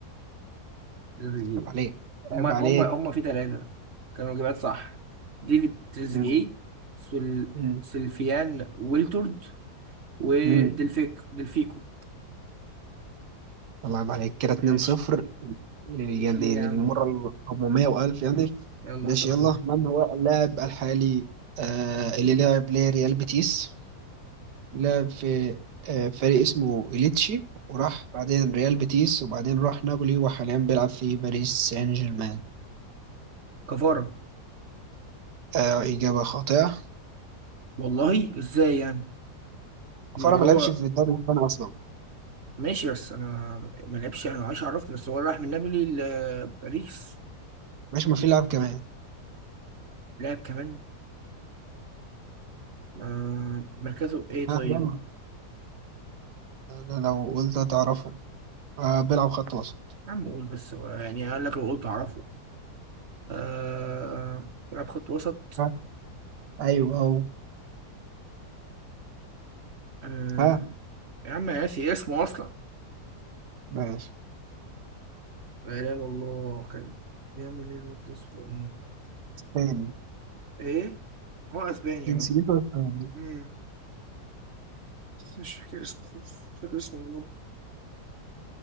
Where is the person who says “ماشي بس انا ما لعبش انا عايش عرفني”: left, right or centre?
Right